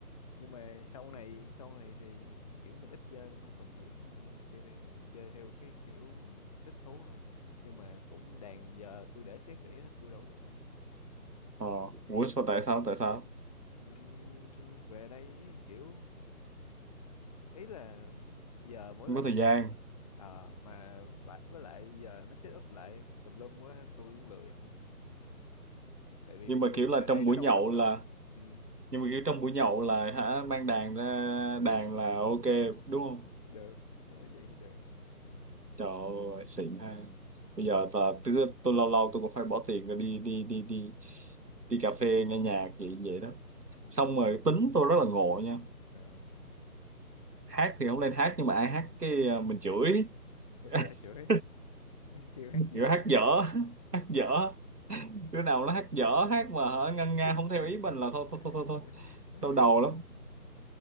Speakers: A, on the left; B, on the right.
A: nhưng mà sau này sau này thì kiểu mình ít chơi mình không còn diễn mình không còn chơi band thì mình chơi theo cái kiểu mình thích thú thôi nhưng mà cũng đàn giờ tôi để xét rỉ hết tôi đâu có đụng đâu
B: Ờ, ủa sao tại sao tại sao
A: Ừm, về đây ý, kiểu ý là giờ mỗi
B: không
A: lần
B: có thời gian
A: ờ, mà vả- với lại giờ nó set up lại tùm lum quá tôi cũng lười nữa tại vì
B: nhưng
A: mình
B: mà
A: bưng
B: kiểu là
A: về đây
B: trong
A: nó
B: buổi
A: đâu
B: nhậu
A: có đủ đâu
B: là
A: ừ,
B: nhưng mà kiểu trong buổi nhậu là hả mang đàn ra đàn là ok đúng không
A: Được, nếu mà vậy thì được.
B: trời ơi xịn ha bây giờ là tôi, tôi lâu lâu tôi cũng phải bỏ tiền ra đi đi đi đi đi cà phê nghe nhạc vậy vậy đó
A: <laughs>
B: xong rồi tính tôi rất là ngộ nha
A: Ờ,
B: hát thì không lên hát nhưng mà ai hát cái ờ, mình chửi
A: hát, ủa
B: <laughs>
A: sao chửi? <laughs> Kêu hát dở
B: kiểu hát
A: à?
B: dở hát dở đứa nào nó hát dở hát mà hả
A: <laughs>
B: ngân nga không theo ý mình là thôi thôi thôi thôi, thôi. đau đầu lắm